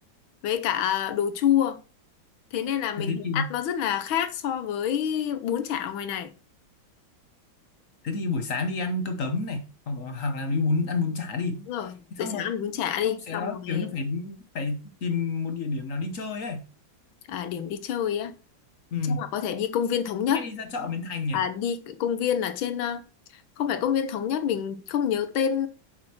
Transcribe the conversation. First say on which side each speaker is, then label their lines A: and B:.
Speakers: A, on the left; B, on the left.
A: với cả đồ chua thế nên là mình
B: Ờ, thế
A: thấy
B: thì
A: ăn nó rất là khác so với bún chả ở ngoài này
B: thế thì buổi sáng đi ăn cơm tấm này hoặc, hoặc là đi bún ăn bún chả đi
A: đúng rồi
B: Thế
A: giờ
B: xong
A: sáng
B: mà
A: ăn bún chả đi
B: xong sẽ
A: xong rồi
B: kiểu như phải phải tìm một địa điểm nào đi chơi ấy
A: à, điểm đi chơi á
B: ừ
A: chắc là có thể đi công viên Thống Nhất
B: hay đi ra chợ Bến Thành nhỉ
A: à, đi công viên ở trên ờ, không phải công viên thống nhất mình không nhớ tên